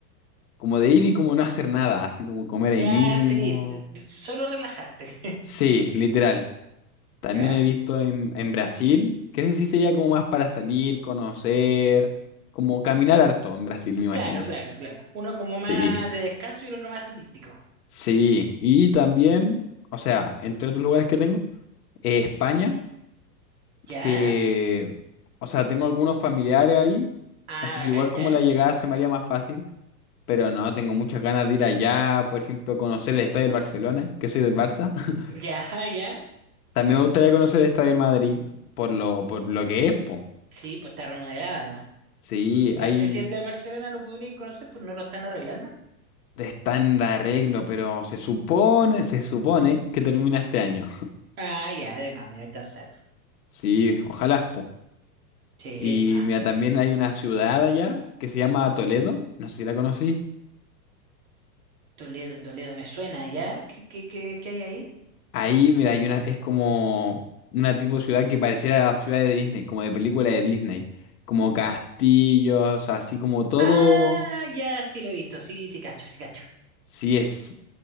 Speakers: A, on the left; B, on the right.
A: como de ir y como no hacer nada, así como comer ahí
B: Ya,
A: mismo.
B: seguí. d- d- Solo relajarte. <laughs>
A: Sí, literal. También
B: ¿Ya?
A: he visto en, en Brasil, que ese sí sería como más para salir, conocer, como caminar harto en Brasil, me imagino.
B: Claro, claro, claro. Uno como más
A: Sí.
B: de descanso y el otro más turístico.
A: Sí, y también, o sea, entre otros lugares que tengo, eh, España,
B: ¿Ya?
A: que, o sea, tengo algunos familiares ahí,
B: Ah,
A: así
B: bacán,
A: que igual
B: ¿ya?
A: como la llegada se me haría más fácil, pero no, tengo muchas ganas de ir allá, por ejemplo, conocer el Estadio del Barcelona, que soy del Barça. <laughs>
B: Ya, <laughs> ya.
A: También me gustaría conocer el Estadio del Madrid, por lo, por lo que es, po.
B: Sí, pues está remodelada además.
A: Sí,
B: No
A: ahí
B: sé si el de Barcelona lo podríais conocer, pues no lo están arreglando.
A: está en arreglo, pero se supone, se supone que termina este año. <laughs>
B: Ah, ya, además, voy a alcanzar.
A: Sí, ojalá, po.
B: Sí,
A: Y
B: además.
A: mira, también hay una ciudad allá que se llama Toledo, no sé si la conocí.
B: Toledo, Toledo, me suena, ¿ya? ¿Qué, qué, qué, qué hay ahí?
A: Ahí, mira, hay una, es como una tipo de ciudad que pareciera la ciudad de Disney, como de película de Disney, como castillos, así como todo.
B: Ah, ya, sí lo he visto, sí, sí cacho, sí cacho.
A: Sí es,